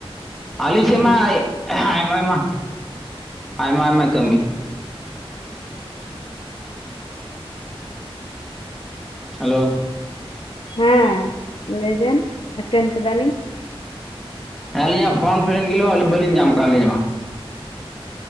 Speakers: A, in the centre; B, on the left.
A: ᱟᱹᱞᱤᱧ ᱥᱮᱫ
B: ᱦᱩᱸ
A: ᱢᱟ ᱟᱭᱢᱟ ᱟᱭᱢᱟ ᱟᱭᱢᱟ ᱟᱭᱢᱟ ᱠᱟᱹᱢᱤ ᱦᱮᱞᱳ
B: ᱦᱮᱸ ᱞᱟᱹᱭᱵᱤᱱ ᱟᱛᱮᱱ ᱠᱟᱫᱟᱞᱤᱧ
A: ᱦᱮᱸ ᱟᱹᱞᱤᱧᱟᱜ ᱯᱷᱚᱱ ᱯᱨᱮᱱᱰ ᱜᱮ ᱤᱞᱚ ᱵᱟ. ᱞᱤᱧ ᱧᱟᱢ ᱠᱟᱜᱼᱟᱞᱤᱧ ᱢᱟ